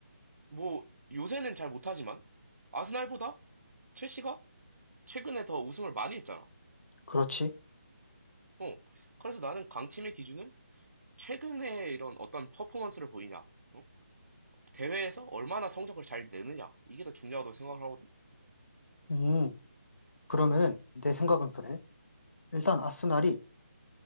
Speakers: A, on the right; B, on the left.
A: 뭐, 요새는 잘 못하지만, 아스날보다 첼시가 최근에 더 우승을 많이 했잖아.
B: 그렇지?
A: 어. 그래서 나는 강팀의 기준은 최근에 이런 어떤 퍼포먼스를 보이냐, 어? 대회에서 얼마나 성적을 잘 내느냐, 이게 더 중요하다고 생각을 하거든.
B: 음, 그러면은 내 생각은 그래. 일단 아스날이